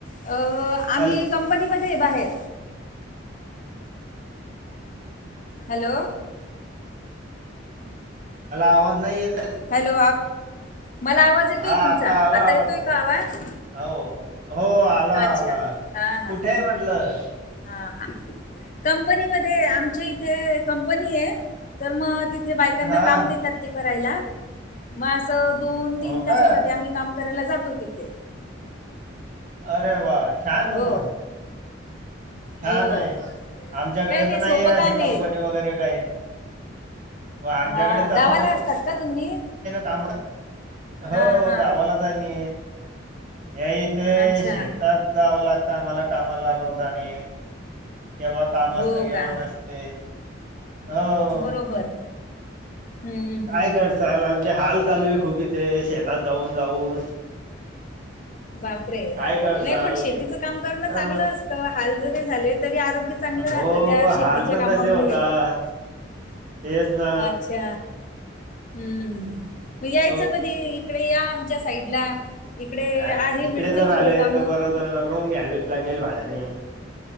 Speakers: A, on the left; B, on the right.
A: अ,
B: hello,
A: आम्ही कंपनीमध्ये बाहेर हॅलो,
B: मला आवाज नाही येतय?
A: हॅलो, मला आवाज येतोय
B: हा
A: तुमचा.
B: आला
A: आता
B: आवाज
A: येतोय
B: पण.
A: का आवाज
B: हो, हो आला
A: अच्छा
B: आला
A: हा हा
B: कुठे आहे म्हटलं.
A: हा कंपनीमध्ये मध्ये, आमच्या इथे कंपनी आहे तर मग ति बायकांना
B: हा.
A: काम देतात, ते करायला असे आम्ही दोन-तीन
B: हो
A: तासासाठी
B: का?
A: आम्ही काम करायला जातो तिथे?
B: अरे, वा छान
A: हो
B: ना म छान
A: हो
B: आहे. आमच्याकडे
A: काही
B: नाही
A: सोपं
B: आहे अशी
A: काम
B: कंपनी काय हो आमच्याकडे
A: हा
B: तर असं
A: गावाला
B: पण
A: असतात का तुम्ही
B: का हो,
A: हा हा
B: गावालाच आहे मी, याईच ते,
A: अच्छा
B: शेतात जावं लागतं आम्हाला कामाला रोजाने. केव्हा काम
A: हो
B: असतं केव्हा
A: का
B: नसते? हो.
A: बरोबर हम्म
B: काय
A: हम्म
B: करसाल आमचे हाल चालू आहे. खूप इथे शेतात जाऊन जाऊन.
A: बापरे
B: काय करसाल?
A: नाय पण शेतीच काम करणं
B: हा.
A: चांगलं असतं हाल जरी झाले तरी आरोग्य चांगलं
B: हो
A: राहतं त्या
B: पण
A: शेतीच्या
B: हाल पण
A: कामामुळे.
B: तसे होतात तेच ना
A: अच्छा. हम्म, म यायचं
B: हो
A: कधी इकडे या आमच्या साईडला. इकडे
B: अ,
A: आहे
B: तिकडे
A: मिळतील
B: जर
A: थोडे
B: आले
A: काम.
B: तर परत रूम घ्यावी लागेल भाड्याने.